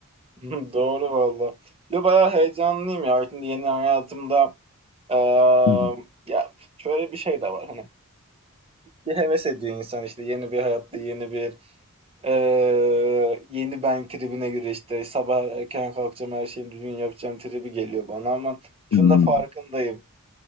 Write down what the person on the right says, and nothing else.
<laughs> Doğru valla. Ya bayağı heyecanlıyım ya. Şimdi yeni hayatımda eee,
ya şöyle bir şey de var. Hani bir heves ediyor insan işte yeni bir hayatta yeni bir Eee, yeni ben tribine göre işte sabah erken kalkacağım her şeyi düzgün yapacağım tribi geliyor bana ama şunu
da farkındayım.